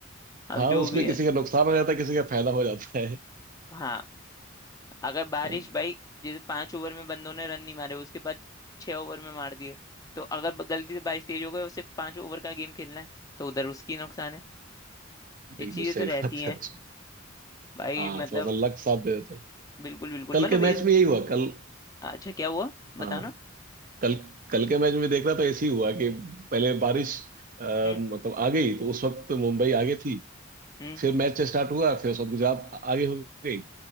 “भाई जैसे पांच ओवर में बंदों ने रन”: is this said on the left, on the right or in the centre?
Left